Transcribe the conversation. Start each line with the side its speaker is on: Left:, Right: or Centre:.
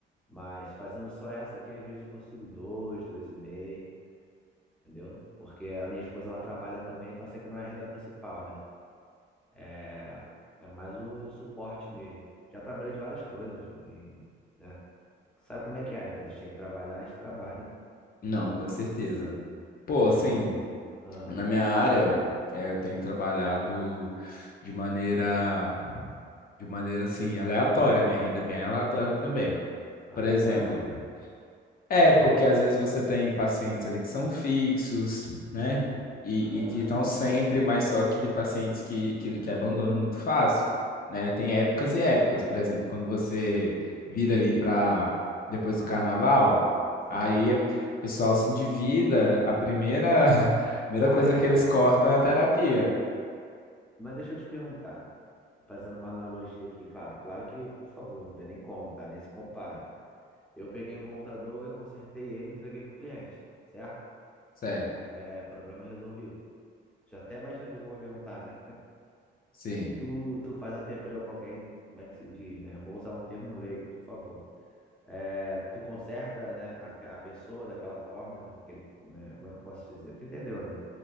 Centre: Mas fazendo só essa aqui, às vezes eu consigo dois, dois e meio, entendeu? Porque a minha esposa, ela trabalha também, então essa aqui não é a renda principal, né? É, é mais o suporte mesmo. Já trabalhei de várias coisas, e, né? Sabe como é que é, né? Quando a gente tem que trabalhar, a gente trabalha. <laughs>
Left: Não, com certeza. Pô,
Centre: É,
Left: assim,
Centre: ah,
Left: Na minha área, eh, eu tenho trabalhado de maneira, de maneira assim, aleatória. Minha renda é bem aleatória também.
Centre: ah,
Left: Por exemplo,
Centre: é, ué,
Left: é,
Centre: ah,
Left: porque às vezes você tem pacientes ali que são fixos, né? E,
Centre: ah,
Left: e que estão
Centre: sim,
Left: sempre, mas só que tem pacientes que, que, que abandonam muito fácil, né? Tem épocas e épocas. Por exemplo, quando você vira ali para depois do carnaval,
Centre: sim.
Left: aí o pessoal se endivida, a primeira, <laughs> a primeira
Centre: Ah,
Left: coisa
Centre: é, é.
Left: que eles cortam é a terapia,
Centre: Mas deixa eu te perguntar, fazendo uma analogia aqui, claro, claro que, por favor, não tem nem como, tá? Nem se compara. Eu peguei um computador e consertei ele e entreguei pro cliente, certo?
Left: certo?
Centre: É, problema resolvido. Já até imaginei o que eu vou perguntar, né?
Left: Sim.
Centre: Tu, tu faz até preu com alguém, como é que se diz, né? Eu Vou usar um termo leigo, por favor. É, tu conserta, né, a, a pessoa daquela forma, né, naquele, né, como é que eu posso dizer? Tu entendeu, né?